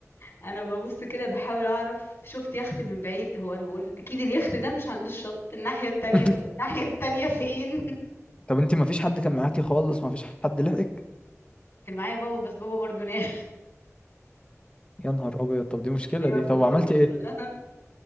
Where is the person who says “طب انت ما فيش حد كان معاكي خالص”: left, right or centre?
Left